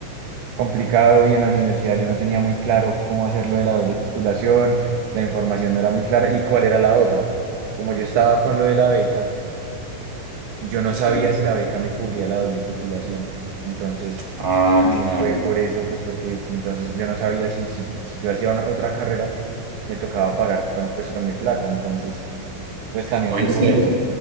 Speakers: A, on the right; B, on the right.
A: complicado y en la universidad yo no tenía muy claro cómo hacerlo de la doble titulación, la información no era muy clara y cuál era la otra. Como yo estaba con lo de la beca, yo no
B: Sí.
A: sabía si la beca me cubría la doble titulación. Entonces,
B: Ah,
A: también
B: claro.
A: fue por eso, pues porque entonces yo no sabía si, si, si yo hacía una- otra carrera, me tocaba pagar con, pues con mi plata. Entonces, pues también
B: Oíste.
A: fue por eso.